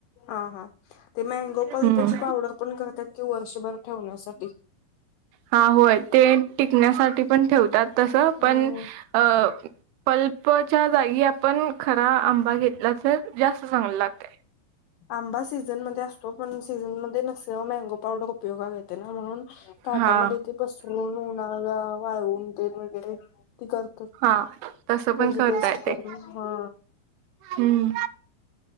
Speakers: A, on the left; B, on the right.
A: हा हा ते मॅगो पल्पची
B: हम्म
A: पावडर पण करत्यात कि वर्षभर ठेवण्यासाठी.
B: हा होय, ते टिकण्यासाठी पण ठेवतात तस
A: हम्म
B: पण अह पल्पच्या जागी आपण खरा आंबा घेतला तर जास्त चांगल लागतय.
A: आंबा सीझन मध्ये असतो पण सीझनमध्ये नसल्यावर मँगो पावडर उपयोगात येते ना म्हणून ताटामध्ये
B: हा
A: ते पसरून उन्हाळ्याला वाळून ते वगैरे तती कर तात
B: हा तसं
A: त्याची
B: पण करता
A: पेस्ट
B: येते
A: करून हा
B: हम्म